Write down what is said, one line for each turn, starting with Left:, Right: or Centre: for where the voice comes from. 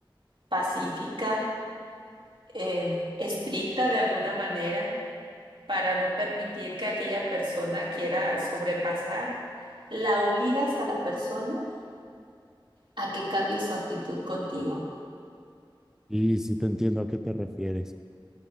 Right: pacífica, eh, estricta de alguna manera, para no permitir que aquella persona quiera sobrepasar, la obligas a la persona a que cambie su actitud contigo.
Centre: Y si te entiendo a qué te refieres.